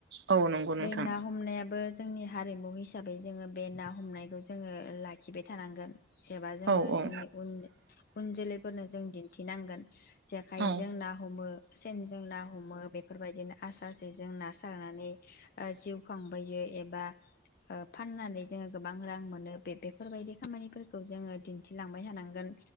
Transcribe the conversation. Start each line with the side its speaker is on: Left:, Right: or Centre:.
Right: औ नंगौ नोंथां
Left: बै ना हमनायाबो जोंनि हारिमु हिसाबै जोङो बे ना हमनायखौ जोङो लाखिबाय थानांगोन। एबा जोङो
Right: औ औ
Left: जोंनि उन उन जोलै फोरनो जों दिन्थिनांगोन। जेखाइजों
Right: औ
Left: ना हमो सेनजों ना हमो बेफोरबायदिनो आस बा जेजों ना सारनानै ओ जिउ खांबोयो एबा ओ फाननानै जोङो गोबां रां मोनो बे बेफोर बायदि खामानिफोर खौ जोङो दिन्थिलांबाय थानांगोन